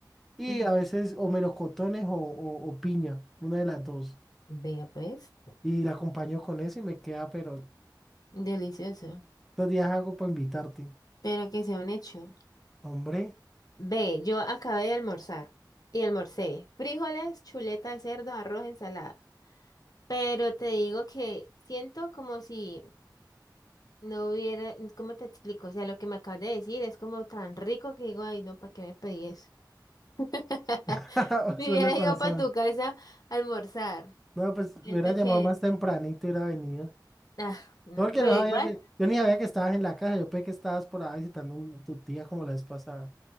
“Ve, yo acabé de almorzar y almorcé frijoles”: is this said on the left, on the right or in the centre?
Left